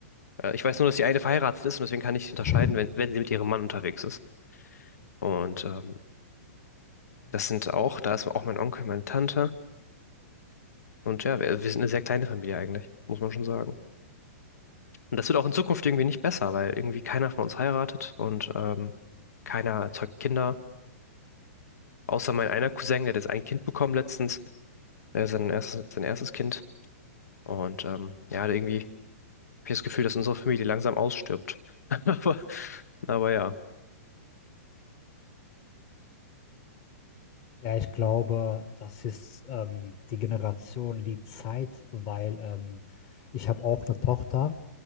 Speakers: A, on the left; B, on the left.
A: Äh, ich weiß nur, dass die eine verheiratet ist und deswegen kann ich sie unterscheiden,
B: <laughs>
A: wenn, wenn sie mit
B: Geil.
A: ihrem Mann unterwegs ist. Und ähm,
B: Hm.
A: das sind auch, da ist auch mein Onkel, meine Tante. Und ja, wir, wir sind eine sehr kleine Familie eigentlich, muss man schon sagen. Und das wird auch in Zukunft irgendwie nicht besser, weil irgendwie keiner von uns heiratet und ähm, keiner zeugt Kinder. Außer mein einer Cousin, der hat jetzt ein Kind bekommen letztens, äh, sein erstes, sein erstes Kind. Und ähm, ja, irgendwie habe ich das Gefühl, dass unsere Familie langsam ausstirbt. <laughs> Aber, aber ja,
B: Ja, ich glaube, das ist ähm, die Generation, die Zeit, weil ähm, ich habe auch eine Tochter